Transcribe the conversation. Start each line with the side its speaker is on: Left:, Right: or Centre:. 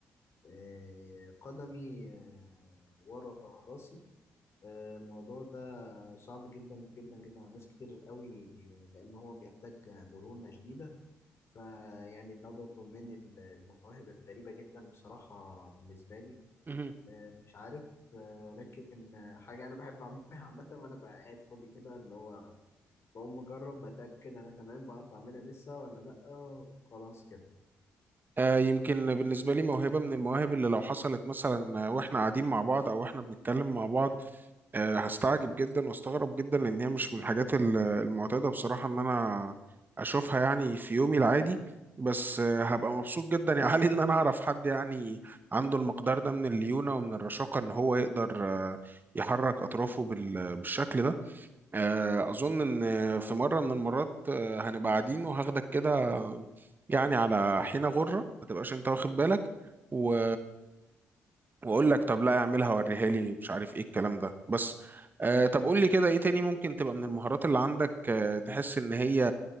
Left: آه، قدمي آه، ورا راسي آه، الموضوع ده صعب جدا جدا جدا على ناس كتير قوي لأن هو بيحتاج مرونة شديدة فيعني ده برضو من المواهب الغريبة جدا بصراحة بالنسبة لي
Right: مهم.
Left: آه، مش عارف آه، ولكن آه، حاجة أنا بحب أعملها عامة وأنا بقى قاعد فاضي كده اللي هو بقوم أجرب بتأكد أنا تمام بعرف أعملها لسه ولا لأ وخلاص كده
Right: آه، يمكن بالنسبة لي موهبة من المواهب اللي لو حصلت مثلا آه، واحنا قاعدين مع بعض او واحنا بنتكلم مع بعض آه، هستعجب جدا واستغرب جدا لان هي مش من الحاجات ال- المعتادة بصراحة ان انا اشوفها يعني في يومي العادي بس آه، هبقى مبسوط جدا يا علي <laughs> ان انا اعرف حد يعني عنده المقدار ده من الليونة ومن الرشاقة ان هو يقدر آه، يحرك اطرافه بال- بالشكل ده آه، أظن إن في مرة من المرات آه، هنبقى قاعدين وهاخدك كده آه، يعني على حين غرة ما تبقاش أنت واخد بالك و... واقول لك طب لا اعملها وريها لي مش عارف ايه الكلام ده بس آه طب قول لي كده ايه تاني ممكن تبقى من المهارات اللي عندك آه تحس ان هي